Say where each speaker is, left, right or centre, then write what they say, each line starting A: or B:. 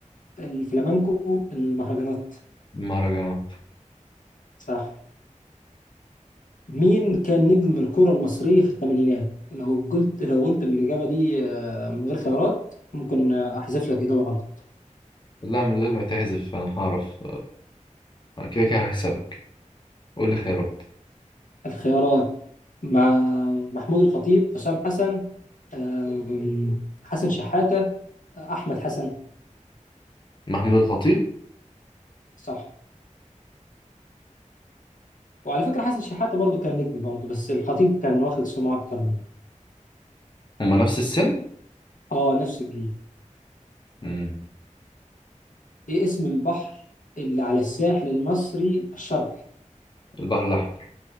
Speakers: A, on the left (about 80°); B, on the left (about 35°).
A: الفلامنكو المهرجانات
B: المهرجانات
A: صح مين كان نجم الكرة المصرية في الثمانينات لو قلت لو قلت الإجابة دي آه، من غير خيارات ممكن آه، أحذف لك إجابة غلط
B: لا من غير ما تحذف انا هعرف آه، كده كده هكسبك قول لي خيارات
A: الخيارات مع محمود الخطيب حسام حسن آم، حسن شحاتة أحمد حسن
B: محمود الخطيب
A: صح وعلى فكرة حسن شحاتة برضو كان نجم برضو بس الخطيب كان واخد سمعة أكتر منه
B: هما نفس السن
A: آه نفس الجيل
B: مم.
A: إيه اسم البحر اللي على الساحل المصري الشرقي
B: البحر الاحمر